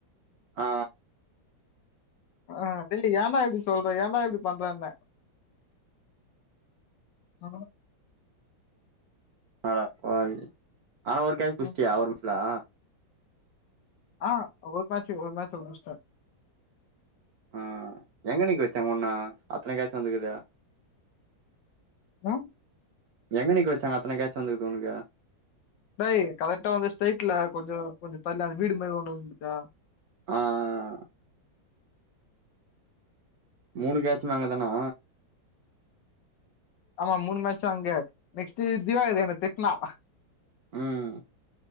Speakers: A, on the right (about 65°); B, on the left (about 70°).
A: ஆ
B: ஆ பில்லு ஏன்டா இப்டி சொல்ற ஏன்டா இப்டி பண்றன்ன <unintelligible>
A: அட பாவி ஆனா ஒரு கேட்ச் புட்ச்சியா
B: ம்
A: அவரு புட்ச்சலா
B: ஆ ஒருமாச்சு ஒருமாச்ச முட்ச்ட்ட
A: ஆ எங்க நிக்க வச்சாங்க உன்ன அத்தன கேட்ச்சு வந்துக்குது
B: வாம்
A: எங்க நிக்க. வச்சாங்க அத்தன கேட்ச் வந்துக்குது உனக்கு
B: டேய் கரெக்டா வந்து ஸ்டைட்ல கொஞ்சோ கொஞ்சோ தல் அந்த வீடு மாரி ஒன்னு இருக்குது பாத்தியா
A: ஆ மூணு கேட்ச்மே அங்க தானா
B: ஆமா மூன் மேட்ச அங்க நெக்ஸ்ட் திவாகர் என்ன திட்னா
A: ம்